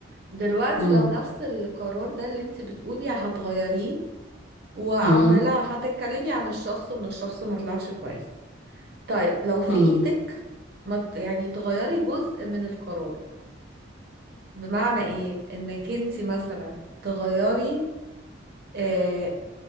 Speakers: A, on the right; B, on the left.
A: دلوقتي
B: مم.
A: لو نفس القرار ده اللي انت بتقولي هتغيريه وعمالة
B: مم.
A: هتتكلمي عن الشخص وان الشخص ما طلعش كويس طيب لو في
B: مم.
A: ايدك ما ت- يعني تغيري جزء من القرار بمعنى ايه انك انت مثلا تغيري آه